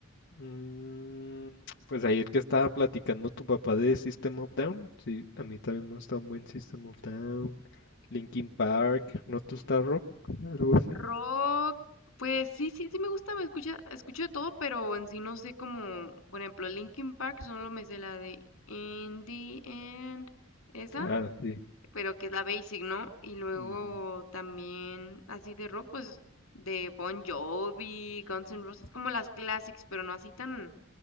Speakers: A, on the left (about 60°); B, on the left (about 85°).
A: Mm, pues ayer que estaba platicando tu papá de System of Down, sí, a mí también me gusta un buen System of Down, Linkin Park, ¿no te gusta rock? Algo así.
B: Rock, pues sí, sí, sí me gusta, me escucha, escucho de todo, pero en sí no sé como, por ejemplo, Linkin Park, solo me sé la de In the End, esa.
A: Ah, sí.
B: pero que es la basic, ¿no? Y luego
A: Ujú.
B: también así de rock, pues de Bon Jovi, Guns N' Roses, como las classics, pero no así tan,